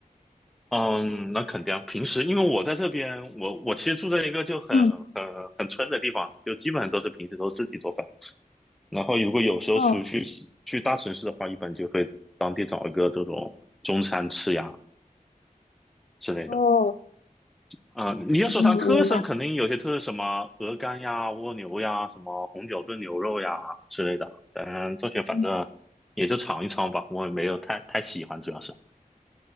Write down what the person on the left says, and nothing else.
嗯，
哦，
哦，
嗯，明白。
嗯。